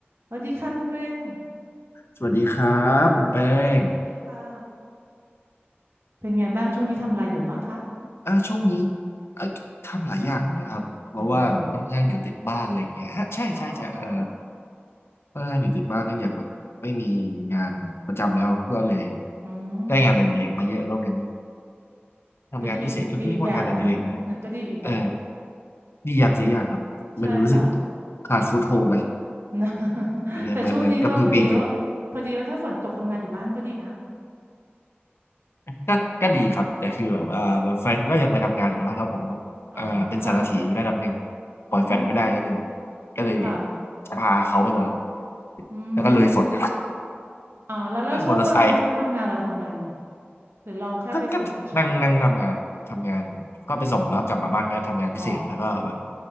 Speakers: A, on the right; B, on the left.
A: สวัสดีค่ะคุณกริน
B: สวัสดีครับคุณแป้ง
A: สวัสดีค่ะ เป็นไงบ้างช่วงนี้ทำอะไรอยู่บ้างคะ
B: อ่าช่วงนี้เอ่อทำหลายอย่างนะครับเพราะว่าค่อนข้างอยู่ติดบ้านอะไรอย่างเงี้ยฮะใช่ใช่ใช่เอ่อ
A: หรือยังเลยคะอ๋อค่ะ
B: ค่อนข้างอยู่ติดบ้านเนื่องจากแบบไม่มีงานประจำแล้วก็เลย
A: อืม
B: ได้งานอดิเรกมาเยอะรอบหนึงทำงานพิเศษก็เรียกว่างานอดิเรกไหม
A: ก็ดีเหมือนดีอีกแบบนะมันก็ดีอีกแบบ
B: เออดีอย่างเสียอย่างครับมันรู้สึก
A: ใช่ค่ะ
B: ขาดฟุตโฮไป
A: นะ <laughs>
B: เออเหมือนเหมือนกระพือปีกอยู่
A: แต่ช่วงนี้ก็พอดีว่าพอดีว่าถ้าฝนตกทำงานอยู่บ้านก็ดีนะ
B: ก็ก็ดีครับแต่คือแบบว่าแฟนก็ยังไปทำงานอยู่เนาะแล้วผมแบบเอ่อเป็นสารถีระดับหนึ่ง
A: อ๋อค่ะ
B: ปล่อยแฟนไม่ได้ก็เลย
A: อ๋อ
B: ก็เลย
A: ค่ะ
B: พาเขาไปตลอด
A: อืม
B: แล้วก็ลุยฝนกัน <laughs>
A: อ๋อแล้วแล้วช่วงเวลาที่เขาทำงานเราทำอะไรดี
B: มอเตอร์ไซค์
A: หรือเราแค่ไปส่งเฉย
B: ก็ก็นั่งนั่งทำงานทำงานก็ไปส่งแล้วกลับมาบ้านก็ทำงานพิเศษแล้วก็แบบ
A: ๆอ๋อ